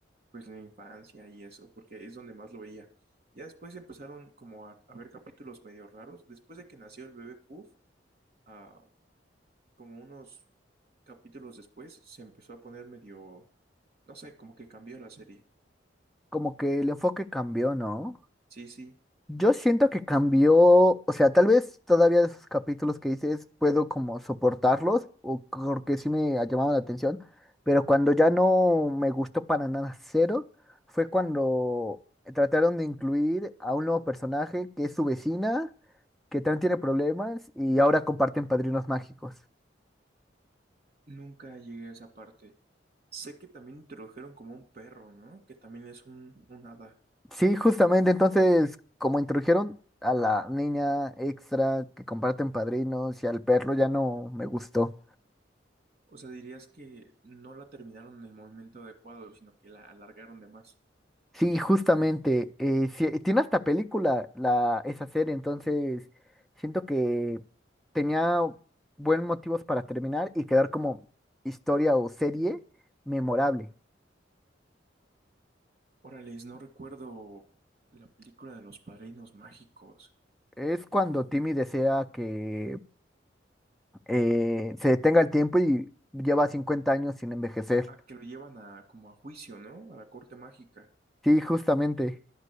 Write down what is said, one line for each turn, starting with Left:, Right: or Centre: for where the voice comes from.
Right: pues la infancia y eso, porque es donde más lo veía. Ya después empezaron como a, a ver capítulos medio raros. Después de que nació el bebé Puff, ah, como unos capítulos después, se empezó a poner medio, no sé, como que cambió la serie.
Centre: Como que el enfoque cambió, ¿no?
Right: Sí, sí,
Centre: Yo siento que cambió, o sea, tal vez todavía de esos capítulos que dices puedo como soportarlos, o porque sí me ha llamado la atención, pero cuando ya no me gustó para nada cero, fue cuando trataron de incluir a un nuevo personaje que es su vecina, que también tiene problemas y ahora comparten padrinos mágicos.
Right: nunca llegué a esa parte. Sé que también introdujeron como un perro, ¿no? Que también es un, un hada.
Centre: Sí, justamente entonces, como introdujeron a la niña extra que comparten padrinos y al perro, ya no me gustó.
Right: O sea, dirías que no la terminaron en el momento adecuado, sino que la alargaron de más.
Centre: Sí, justamente, eh, sí, eh, tiene hasta película la, esa serie, entonces siento que tenía buen motivos para terminar y quedar como historia o serie memorable.
Right: Órales, no recuerdo la película de los padrinos mágicos.
Centre: Es cuando Timmy desea que eh, se detenga el tiempo y lleva 50 años sin envejecer.
Right: A que lo llevan a como a juicio, ¿no? A la corte mágica.
Centre: Sí, justamente.